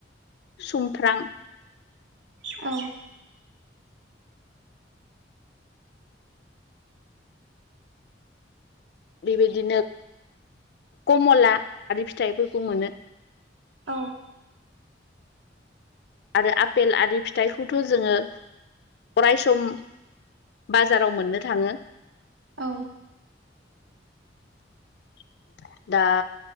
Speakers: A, on the left (about 65°); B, on the right (about 75°).
A: सुमफ्र्रां
B: औ
A: बेबायदिनो कमला आरि फिथाइफोरखौ मोनो
B: औ
A: आरो आफेल आरि फिथाइखौथ' जोङो अराय सम बाजाराव मोननो थाङो।
B: औ
A: <inaudible> दा